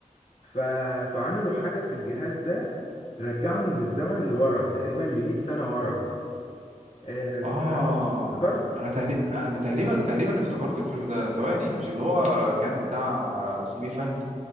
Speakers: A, on the left; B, on the right.
A: ف... فعملوا حاجة في الجهاز ده رجعهم بالزمن لورا تقريبا لمئة سنة ورا آه،
B: اه
A: ف- افتكرت
B: انا تقريبا انا تقريبا تقريبا افتكرت الفيلم ده ثواني مش اللي هو كان بتاع اسمه ايه فهمي